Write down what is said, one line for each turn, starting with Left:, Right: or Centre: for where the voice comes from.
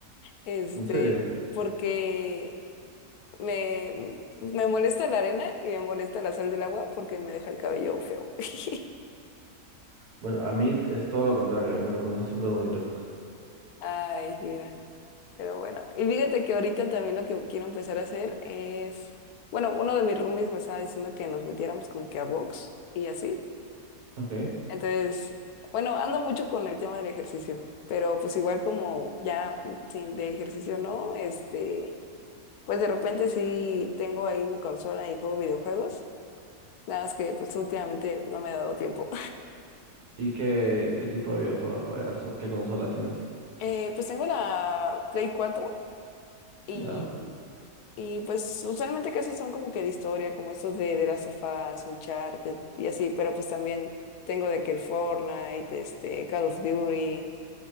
Left: Este,
Right: En serio.
Left: porque Me, me molesta la arena y me molesta la sal del agua porque me deja el cabello feo. <laughs>
Right: Bueno, a mí es todo lo contrario, a mí me lo pone súper bonito.
Left: Ay, mira, pero bueno. Y fíjate que ahorita también lo que quiero empezar a hacer es, bueno, uno de mis roomies me estaba diciendo que nos metiéramos como que a box y así.
Right: Ok.
Left: Entonces, bueno, ando mucho con el tema del ejercicio, pero pues igual como ya sin de ejercicio no, este, pues de repente sí tengo ahí mi consola y juego videojuegos. Nada más que pues últimamente no me he dado tiempo.
Right: ¿Y qué, qué tipo de videojuegos juegas o qué consola tienes?
Left: Eh, pues tengo la Play 4 y,
Right: Ya.
Left: y pues usualmente casi son como que de historia, como estos de, de las sofás, Uncharted y así, pero pues también tengo de que el Fortnite, este, Call of Duty,